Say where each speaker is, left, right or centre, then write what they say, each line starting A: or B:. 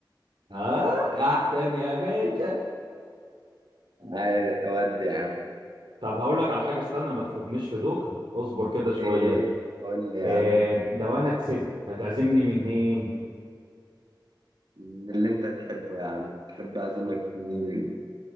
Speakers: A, on the right; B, on the right.
A: اه احسن يا باشا
B: هاي اودي يا عم
A: طب هقول لك على حاجه استنى ما تاخدنيش في دوكه اصبر كده شويه
B: ايه قول لي يا
A: آه
B: عم
A: لو انا كسبت هتعزمني منين
B: من اللي انت تحبه يا عم تحب اعزمك مين